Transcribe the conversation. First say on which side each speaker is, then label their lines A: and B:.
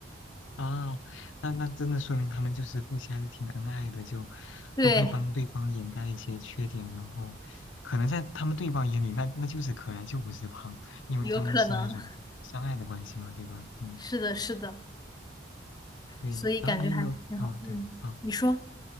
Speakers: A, on the left; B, on the left.
A: 啊，那那真的说明他们就是夫妻还是挺恩爱的，就
B: 对，
A: 都会帮对方掩盖一些缺点，然后可能在他们对方眼里，那那就是可爱，就不是胖，因为他们是那种相爱的关系嘛，
B: 有可能，
A: 对吧？嗯，
B: 是的，是的，
A: 对。
B: 所以感觉还挺好。
A: 然后你有没有？啊，
B: 嗯，
A: 对，啊
B: 你说，